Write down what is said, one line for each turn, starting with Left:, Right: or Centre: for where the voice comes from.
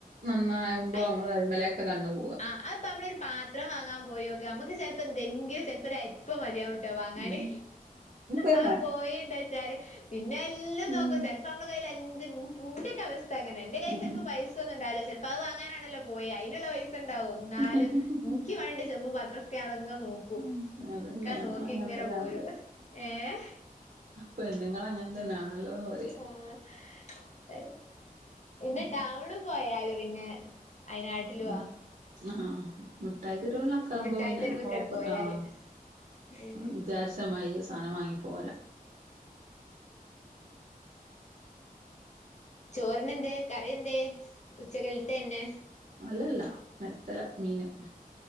Right: നന്നാവുമ്പോ
Left: അയ്
Right: നമ്മള് അതിൻ മെലൊക്കെ കണ്ണ് പോവും
Left: ആഹ് അത് നമ്മള് ഒരു പാത്രം വാങ്ങാൻ പോയി നോക്കിയേ നമുക്ക് ചെലപ്പോ എന്തെങ്കിലും ചെലപ്പോ ഒരു അരിപ്പ- മതിയാവും ട്ടോ വാങ്ങാന്
Right: ഉം അതന്നെ
Left: അത് പോയിണ്ടവെച്ചാല് പിന്നെ എല്ലാം നോക്കും
Right: ഉം
Left: ചിലപ്പോ നമ്മടെ കയ്യിൽ അഞ്ചിനിന്റെ ഒക്കെ ഇ ന്റെ അവസ്ഥ അങ്ങെ എന്റെ കയ്യിൽ
Right: ഉം
Left: ചിലപ്പോ പൈസ ഒന്നും ഉണ്ടാവില്ല ചെൽ അപ്പ അത് വാങ്ങനാണല്ലോ പോയെ അതിനുള്ള പൈസ ഉണ്ടാവും എന്നാലും
Right: ആഹ്
Left: നിക്ക് വേണ്ടി ചെമ്പും പാത്രോം ങ്ങനെ നോക്കൂ
Right: ഉം അതന്നെ
Left: ഒക്കെ
Right: നമ്മള
Left: നോക്കി
Right: അങ്ങനെ
Left: ഇങ്ങനെ
Right: തന്നെയാണല്ലോ
Left: പോരൂ ഏഹ്
Right: പെണ്ണുങ്ങൾ അങ്ങനെ തന്നെയാണല്ലോ ന്ന് പറയാ
Left: ആഹ് പിന്നെ
Right: ഉം
Left: ടൗൺ പോയാല് പിന്നെ അ യിനാട്ടിലാ
Right: ഉം ആഹ് മിഠായിത്തെരുന്നോക്കെ ആവുമ്പോ
Left: മിഠായി
Right: പിന്നെ
Left: തെരുവ്ക്കട്
Right: ഓ
Left: പോയാല്
Right: ആഹ്
Left: ഉം
Right: വിചാരിച്ച മാതിരി സാധനം വാങ്ങി പോരാ
Left: ചോറിന് എന്തേ കറി എന്തേ ഉച്ചകല്ലത്ത് തന്നെ
Right: അല്ലല്ല നെത്തല് മീന്